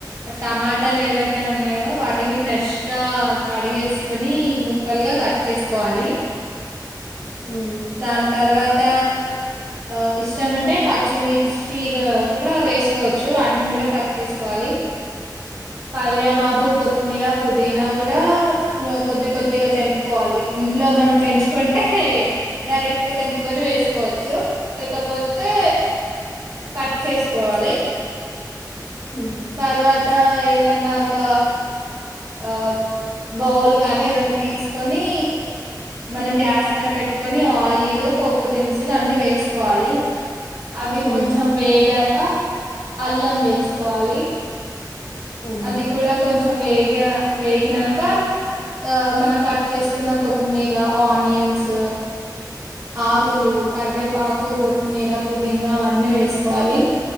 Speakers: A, on the right (about 50°); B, on the left (about 85°).
A: టమాటాలు ఏవైతే ఉన్నాయో వాటిని ఫ్రెష్గా కడిగేసు కొని ముక్కలుగా కట్ చేసుకోవాలి
B: హ్మ్
A: దాని తర్వాత ఆ ఇష్టం అంటే పచ్చిమిర్చిగా కూడా వేసుకోవచ్చు వాటిని కూడా కట్ చేసుకోవాలి కాళ్యామాకు
B: హ్మ్
A: కొత్మీర పుదీనా కూడా కొద్ది కొద్దిగా తెంపుకోవాలి ఇంట్లో మనం పెంచుకుంటే డైరెక్ట్ గా తెంపుకొని వేసుకోవచ్చు లేకపోతే కట్ చేసుకోవాలి
B: హ్మ్
A: తర్వాత ఏదన్నా ఒక ఆ బౌల్ గానీ ఏదన్నా తీసుకొని మనం గ్యాస్ పైన పెట్టుకొని ఆయిల్ పోపు దినుసులు అన్ని వేసుకోవాలి అవి
B: హ్మ్
A: కొంచెం వేగాక అల్లం వేసుకోవాలి
B: హ్మ్
A: అది కూడా కొంచెం వేగ వేగినాక ఆ మనం కట్ చేసుకున్న కొత్తిమీర ఆనియన్స్ ఆకులు కరివేపాకు కొత్మీర పుదీనా అవన్నీ వేసుకోవాలి